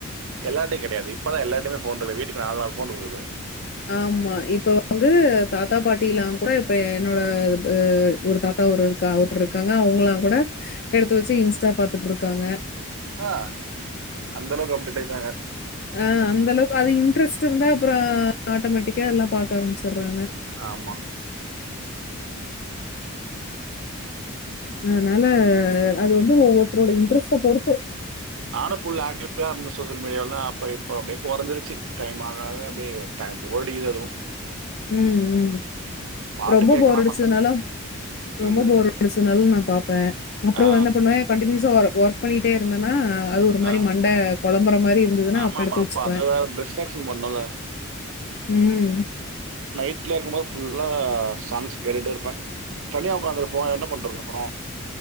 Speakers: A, on the right; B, on the left.
A: எல்லார்டையும் கிடையாது இப்பதா எல்லார்டையுமே ஃபோன் இருக் வீட்டுக்கு நாலு நாள் போன்ருகுது
B: ஆமா இப்ப வந்து தாத்தா பாட்டிலாம் கூட இப்ப என்னோட எ ஒரு தாத்தா ஒரு இருக்கா ஒருதர் இருக்காங்க அவங்கல்லாம் கூட எடுத்து வச்சு இன்ஸ்டா பாத் த்துட்ருக்காங்க
A: அஹ் அந்த அளவுக்கு அப்டேட் ஆயிட்டாங்க
B: ஆஹ் அந்தளவுக்கு அது இன்ட்ரெஸ்ட் இருந்தா அப்புற ஆட்டோமேட்டிக்கா எல்லா பாக்க ஆரம்பிச்சு வராங்க
A: ஆமாம்
B: அதனால அது வந்து ஒவ்வொருத்தரோட இன்ட்ரெஸ்ட்ட பொறுத்து
A: நானு ஃபுல் ஆக்டிவா இருந்தே சோசியல் மீடியால அப்ப இப்ப அப்படியே குறஞ்சிருச்சி டைம் ஆக ஆக அப்டியே டைம் ஓடிருது அதுவு
B: உம் உம்
A: பாட்டு
B: ரொம்ப
A: கேட்கலாம்
B: போர் அடிச்சுனாலு
A: மற்ற
B: ரொம்ப
A: ம்
B: போர் அடிச்சதுனாலயு நா ப அப்புறோ
A: ஆ
B: என்ன பண்ணுவே கண்டூனியூஸா வரு ஒர்க் பண்ணிட்டே இருந்தேனா அது ஒரு மாதிரி
A: ஆ
B: மண்ட கொழம்புற மாரி இருந்ததுன்னா
A: ஆமாம்மா
B: அப்ப எடுத்து வச்சுக்குவே
A: அப்போ அது வேறு டிஸ்ட்ராக்ஷன் பண்ணல
B: உம்
A: வீட்ல இருக்கும்போது ஃபுல்லா சாங்ஸ் கேட்டுட்டே இருப்பே தனிய உக்காந்திருப்போ என்ன பண்றது அப்புறோ